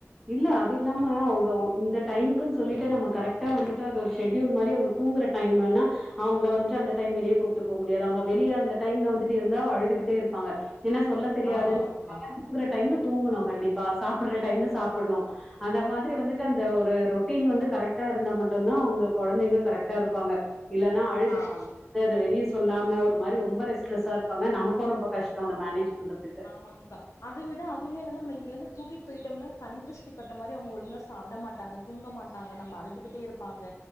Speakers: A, in the centre; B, on the left.
A: இல்ல அது இல்லாம அவங்க ஓ இந்த டைமுக்குன்னு சொல்லிட்டு நம்ம கரெக்ட்ட வந்துட்டு அது ஒரு ஷெட்யூல் மாறி அவங்க தூங்குற டைமுன்னா அவங்கள வந்துட்டு அந்த டைம் வெளிய கூப்பிட்டு போக முடியாது அவங்க வெளிய அந்த டைம்ல வந்துட்டு இருந்தா அழுதுகிட்டே இருப்பாங்க. ஏன்னா சொல்ல தெரியாதுங்காரனால
B: ஆமா ஆமாங்க்கா
A: தூங்குற டைம்ல தூங்கணும் கண்டிப்பா சாப்பிடற டைம்ல சாப் பண்ணும் அந்த மாதிரி வந்துட்டு அந்த ஒரு ரொட்டீன் வந்து கரெக்ட்டா இருந்தா மட்டும் தான் உங்க கொழந்தைங்க கரெக்டா இருக் ப்பாங்க இல்லன்னா அழுது
B: ஆமா
A: அத வெளிய சொல்லாம ஒரு மாறி ரொம்ப ரெஸ்ட்லெஸ்ஸா இருப்பாங்க நமக்கும் ரொம்ப கஷ்டம் அத மேனேஜ் பண்றதுக்கு
B: ஆமாங்க்கா அத விட அதுவுமே இல்லாம நம்ம இங்க வந்து தூக்கிட்டு துய்டோம்ன்னு கண் திருஷ்டிப்பட்ட மாறி அவங்க ஒழுங்காக சாப்பிட மாட்டாங்க தூங்க மாட்டாங்க நம்ம அழுதுக்கிட்டே இருப்பாங்க